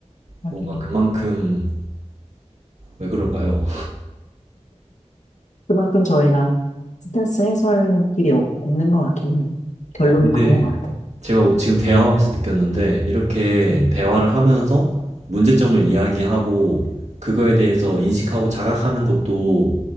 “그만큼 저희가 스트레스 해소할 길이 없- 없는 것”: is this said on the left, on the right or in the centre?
Left